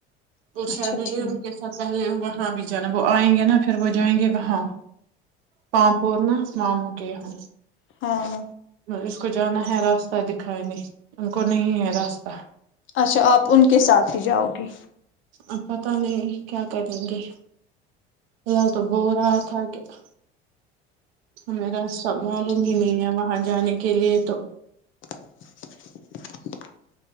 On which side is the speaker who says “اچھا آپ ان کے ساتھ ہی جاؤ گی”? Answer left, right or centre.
Left